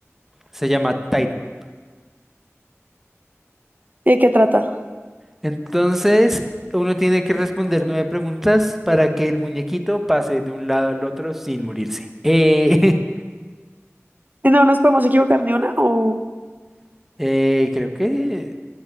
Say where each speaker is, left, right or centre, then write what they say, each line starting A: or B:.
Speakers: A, in the centre; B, on the right (about 35°).
A: Se llama Tightrope.
B: ¿Y ¿De qué trata?
A: Entonces, uno tiene que responder nueve preguntas para que el muñequito pase de un lado al otro sin morirse. Eh,
B: No nos podemos equivocar ni una o
A: <laughs> eh, creo que...